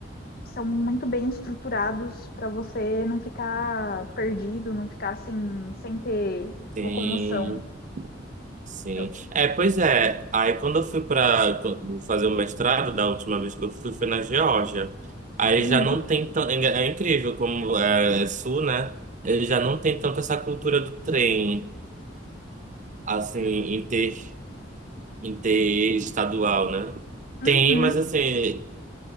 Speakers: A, on the left; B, on the right.
A: são muito bem estruturados para você não ficar perdido, não ficar assim, sem ter
B: Sim,
A: locomoção.
B: sim.
A: Eu-
B: É, pois é. Aí quando eu fui pra fazer o mestrado, da última vez que eu fui, foi na Geórgia. Aí
A: Uhum.
B: já não tem tão. É é incrível como é, é sul, né? Ele já não tem tanto essa cultura do trem, assim, em ter. interestadual, né?
A: Uhum.
B: Tem, mas assim,